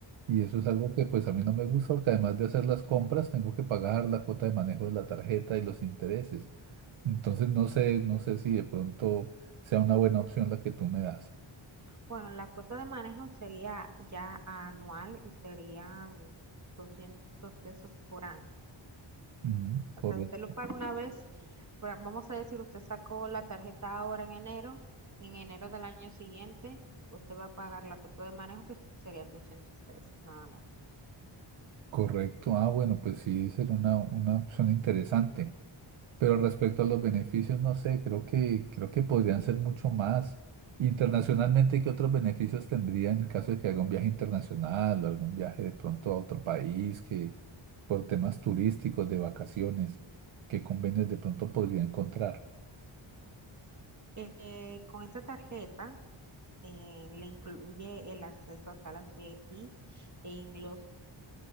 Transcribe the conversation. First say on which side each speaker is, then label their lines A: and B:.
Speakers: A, on the right (about 70°); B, on the right (about 35°).
A: Y eso es algo que pues a mí no me gusta porque además de hacer las compras tengo que pagar la cuota de manejo de la tarjeta y los intereses. Entonces no sé, no sé si de pronto sea una buena opción la que tú me das.
B: Bueno, la cuota de manejo sería ya anual y serían 200 pesos por año.
A: Ujú, corre-
B: O usted lo paga una vez, por vamos a decir, usted sacó la tarjeta ahora en enero, en enero del año siguiente, usted va a pagar la cuota de manejo que serían doscientos pesos, nada más.
A: correcto. Ah, bueno, pues sí, sería una, una opción interesante. Pero respecto a los beneficios, no sé, creo que, creo que podrían ser mucho más. Internacionalmente, ¿qué otros beneficios tendría en el caso de que haga un viaje internacional o algún viaje de pronto a otro país que por temas turísticos, de vacaciones, qué convenios de pronto podría encontrar?
B: Eh, eh, con esta tarjeta eh, le incluye el acceso a salas VIP en los,